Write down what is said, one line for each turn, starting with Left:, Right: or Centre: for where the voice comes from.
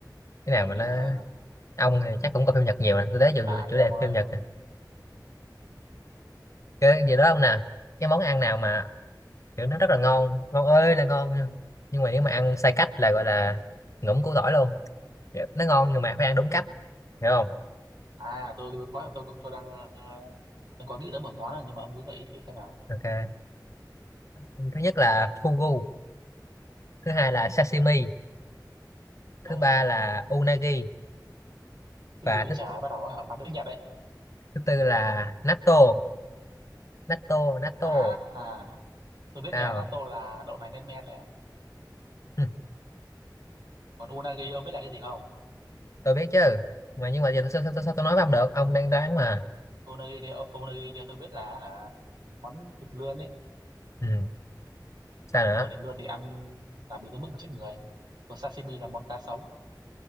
Left: cái
Right: nhanh
Left: nào mà
Right: đi
Left: nó
Right: nào
Left: ông thì chắc cũng có phim Nhật nhiều nè tôi thấy dù,
Right: tại
Left: dù chủ
Right: đi ông
Left: đề
Right: ơi
Left: phim Nhật nè. cái gì đó ông nè cái món ăn nào mà kiểu nó rất là ngon ngon ơi là ngon nhưng nhưng mà nếu mà ăn sai cách là gọi là ngủm củ tỏi luôn Kiểu nó ngon nhưng mà phải ăn đúng cách hiểu không
Right: à tôi tôi có tôi tôi đang ờ, tôi có nghĩ tới một món này nhưng mà ông cứ gợi ý thử xem nào
Left: ok thứ nhất là fugu thứ hai là sashimi thứ
Right: ờ
Left: ba là unagi
Right: cái
Left: và
Right: gì vậy
Left: thứ
Right: chả bắt đầu á hả bắn tiếng Nhật đấy
Left: thứ tư là natto natto natto
Right: à tôi biết
Left: sao
Right: nha natto là đậu nành lên men nè
Left: Hừ,
Right: còn unagi ông biết là cái gì không
Left: <laughs> tôi biết chứ mà nhưng mà giờ sao, sao, sao, sao tôi nói với ông được ông đang đoán mà
Right: unagi thì ờ, unagi thì tôi biết là hả món thịt lươn ấy
Left: ừ. sao nữa
Right: mà thịt lươn thì ăn làm gì tới mức mà chết người còn sashimi là món cá sống